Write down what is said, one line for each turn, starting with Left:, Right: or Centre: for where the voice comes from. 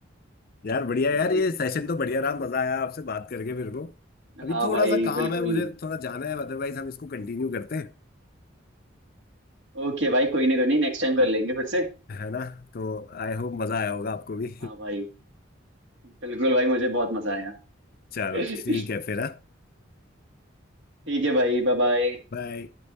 Left: यार बढ़िया
Right: ओके
Left: यार ये सेशन तो बढ़िया रहा मजा आया आपसे बात करके मेरे को
Right: <laughs>
Left: अभी
Right: हाँ
Left: थोड़ा
Right: भाई
Left: सा काम
Right: बिल्कुल
Left: है मुझे थोड़ा जाना है अदरवाइज हम इसको कंटिन्यू करते हैं
Right: ओके भाई कोई ना कोई नहीं नेक्स्ट टाइम कर लेंगे फिर से
Left: है ना तो आई होप मजा आया होगा आपको भी
Right: हाँ भाई बिल्कुल भाई मुझे बहुत मजा आया <laughs>
Left: <laughs> चलो
Right: ठीक
Left: ठीक है फिर हाँ
Right: है भाई बाय बाय
Left: बाय